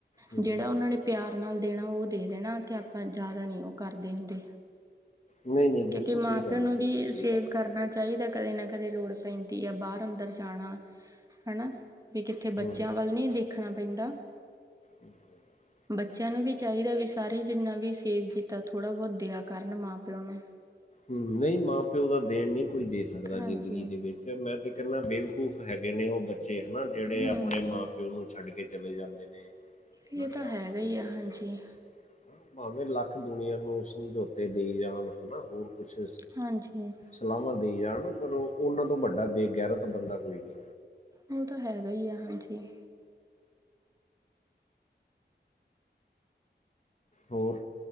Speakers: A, on the left; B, on the right.
A: ਹੂੰ
B: ਜਿਹੜਾ ਉਹਨਾਂ ਨੇ ਪਿਆਰ ਨਾਲ ਦੇਣਾ ਉਹ ਦੇ ਦੇਣਾ ਤੇ ਆਪਾਂ ਜ਼ਿਆਦਾ ਨਹੀਂ ਉਹ ਕਰਦੇ ਹੁੰਦੇ।
A: ਨਹੀਂ-ਨਹੀਂ ਬਿਲਕੁਲ
B: ਕਿਉਂਕਿ ਮਾਂ
A: ਸਹੀ ਗੱਲ
B: ਪਿਓ ਨੂੰ
A: ਐ, ਬਿਲਕੁਲ
B: ਵੀ
A: ਸਹੀ
B: ਸੇਵ
A: ਗੱਲ ਐ।
B: ਕਰਨਾ। ਚਾਹੀਦਾ ਕਦੇ ਨਾ ਕਦੇ ਲੋੜ ਪੈਂਦੀ ਆ ਬਾਹਰ ਅੰਦਰ ਜਾਣਾ ਹਨਾਂ ਵੀ ਕਿੱਥੇ
A: ਹੂੰ।
B: ਬੱਚਿਆਂ ਵੱਲ ਨਹੀਂ ਦੇਖਣਾ ਪੈਂਦਾ।
A: ਹਮ <inaudible>
B: ਬੱਚਿਆਂ ਨੂੰ ਵੀ ਚਾਹੀਦਾ ਵੀ ਸਾਰੇ ਜਿੰਨਾ ਵੀ ਸੇਵ ਕੀਤਾ ਥੋੜ੍ਹਾ ਬਹੁਤ ਦਿਆ ਕਰਨ ਮਾਂ ਪਿਓ ਨੂੰ
A: ਹੂ ਨਹੀਂ ਮਾਂ ਪਿਓ ਦਾ ਦੇਣ ਨਹੀਂ ਕੋਈ ਦੇ ਸਕਦਾ
B: ਹਾਂਜੀ
A: ਜ਼ਿੰਦਗੀ ਦੇ ਵਿੱਚ। ਫੇਰ ਮੈਂ ਤੇ ਕਹਿੰਦਾ ਬੇਵਕੂਫ ਹੈਗੇ ਨੇ ਉਹ ਬੱਚੇ ਹੈਨਾ ਜਿਹੜੇ
B: ਹੂੰ
A: ਆਪਣੇ ਮਾਂ ਪ ਪਿਓ ਨੂੰ ਛੱਡ ਕੇ ਚਲੇ ਜਾਂਦੇ ਨੇ। ਹਨਾ
B: ਇਹ
A: ਜਾਂ
B: ਤਾਂ ਹੈਗਾ
A: ਉਹਨਾਂ
B: ਹੀ
A: ਤੋਂ ਦੂਰ
B: ਆ ਹਾਂਜੀ।
A: ਚਲੇ ਜਾਂਦੇ ਨੇ। ਭਾਵੇਂ ਲੱਖ ਦੁਨੀਆਂ ਨੂੰ ਸਮਝੌਤੇ ਦਈ ਜਾਣ ਹਨ ਹੋਰ ਕੁਛ
B: ਹਾਂਜੀ।
A: ਸਲਾਹਾਂ ਦੇਈ ਜਾਣ ਪਰ ਉਹ ਉਹਨਾਂ ਤੋਂ ਵੱਡਾ ਬੇਗੈਰਤ ਬੰਦਾ ਕੋਈ ਨਹੀਂ।
B: ਉਹ ਤਾਂ ਹੈਗਾ ਹੀ ਆ ਹਾਂਜੀ।
A: ਹੋਰ